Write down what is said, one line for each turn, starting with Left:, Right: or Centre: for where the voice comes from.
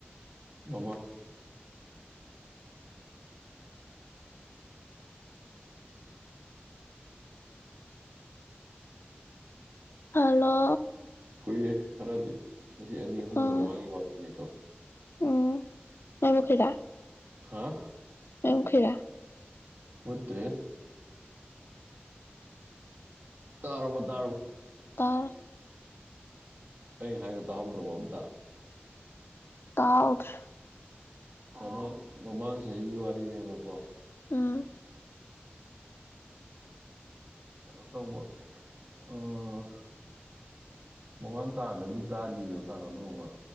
Right: ꯃꯃꯥ
Left: ꯍꯂꯣ
Right: ꯀꯨꯏꯌꯦꯦ ꯈꯔꯗꯤ ꯆꯍꯤ ꯑꯅꯤ ꯑꯍꯨꯝꯒꯤ
Left: ꯑꯥ
Right: ꯃꯃꯥꯡꯒꯤ ꯋꯥꯣꯏꯅꯤꯀꯣ
Left: ꯎꯝ ꯃꯥꯏꯃꯨꯈꯤꯔꯥ
Right: ꯍꯥꯥ
Left: ꯃꯥꯏꯃꯨꯈꯤꯔꯥ
Right: ꯃꯠꯇꯦ ꯇꯔꯕ ꯇꯔꯕ
Left: ꯇꯔ
Right: ꯑꯩꯅ ꯍꯥꯏꯔ ꯇꯥꯍꯧꯗ꯭ꯔꯕ ꯑꯝꯇ
Left: ꯀꯔ
Right: ꯃꯃꯥꯡ ꯃꯃꯥꯡ ꯆꯍꯤꯒꯤ ꯋꯥꯔꯤꯅꯦꯕꯀꯣ
Left: ꯑ
Right: ꯀꯩꯅꯣ ꯇꯧꯕ ꯎꯝ ꯃꯃꯥꯡ ꯀꯥꯡꯗꯕꯨꯗꯤ ꯆꯥꯒꯤꯕ ꯀꯥꯡ ꯑꯃ